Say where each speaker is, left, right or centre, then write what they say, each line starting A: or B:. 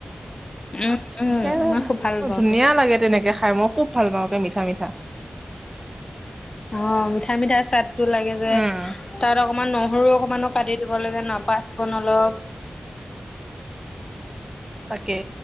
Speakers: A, on the left (about 40°); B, on the right (about 20°).
A: উম, উম,
B: একে
A: মই খুব ভাল পাওঁ
B: ধুনীয়া
A: খুব।
B: লাগে, তেনেকে খাই মই খুব ভাল পাওঁ একে মিঠা-মিঠা।
A: অ', মিঠা মিঠা চাট টো লাগে যে,
B: উম।
A: তাত অকমান নহৰু অকমানো কাটি দিব লাগে ন পাঁচপোৰন অলপ।
B: তাকে।